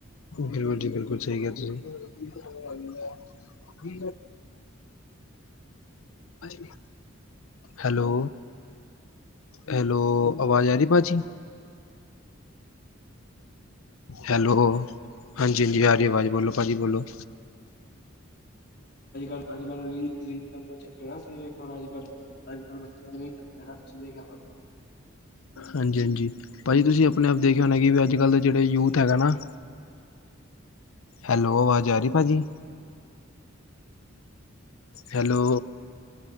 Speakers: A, on the left (about 80°); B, on the left (about 50°).
A: ਬਿਲਕੁਲ ਜੀ ਬਿਲਕੁਲ ਸਹੀ ਕਿਹਾ ਤੁਸੀਂ। ਹ ਹਾਂ ਹਾਂਜੀ ਵੀਰੇ। ਹੈਲੋ, ਹੈਲੋ ਆਵਾਜ਼ ਆਈ ਰਹੀ ਭਾਜੀ ਹੈਲੋ, ਹਾਂਜੀ-ਹਾਂਜੀ ਹਰੀ ਆਵਾਜ਼ ਬੋਲੋ ਭਾਅ ਜੀ ਬੋਲੋ
B: ਅੱਜ-ਕੱਲ੍ਹ, ਅੱਜ-ਕੱਲ ਰ ਰੀਲ ਦਾਰਾ ਚੱਕਰ ਨਾ ਸੀ ਵੇਖਾਣਾ ਅੱਜ ਕੱਲ ਅੱਜ ਕੱਲ ਬੱਚਿਆਂ ਇਹ ਵੀ ਕਰਦੇ ਸਭ ਚਸੀਖਿਆ। <unintelligible>
A: ਹਾਂਜੀ-ਹਾਂਜੀ ਭਾਜੀ, ਤੁਸੀਂ ਆਪਣੇ ਆਪ ਦੇਖੇ ਹੋਣਾ ਕਿ ਵੀ ਅੱਜ ਕੱਲ੍ਹ ਦੇ ਜਿਹੜੇ ਯੂਥ ਹੈਗਾ ਨਾ
B: ਹ
A: ਹੈਲੋ ਆਵਾਜ ਆ ਰਹੀ ਭਾਅ ਜੀ। ਹੈਲੋ